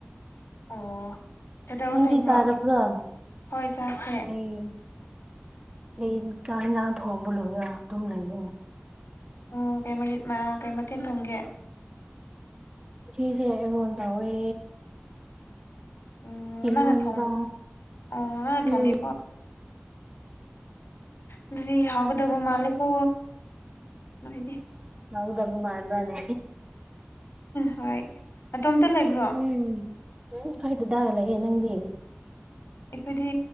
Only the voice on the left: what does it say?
ꯑꯣ ꯀꯩꯗꯧꯔ
ꯂꯩꯕ꯭ꯔꯣ
ꯍꯣꯏ ꯆꯥꯈ꯭ꯔꯦ
ꯑꯣ ꯀꯩ ꯃꯔꯤꯠ ꯃ ꯀꯩ ꯃꯊꯦꯟ ꯊꯣꯡꯒꯦ
ꯎꯝ
ꯅꯪꯅ ꯊꯣꯡ ꯑꯣ ꯅꯪꯅ ꯊꯣꯡꯉꯤ
ꯑꯗꯨꯗꯤ ꯍꯥꯎꯒꯗꯕ ꯃꯥꯜꯂ‌ꯦꯀꯣ ꯅꯣꯢꯗꯤ
ꯍꯣꯏ ꯅꯇ‌ꯣꯝꯇ ꯂꯩꯕ꯭ꯔꯣ
ꯑꯩꯈꯣꯏꯗꯤ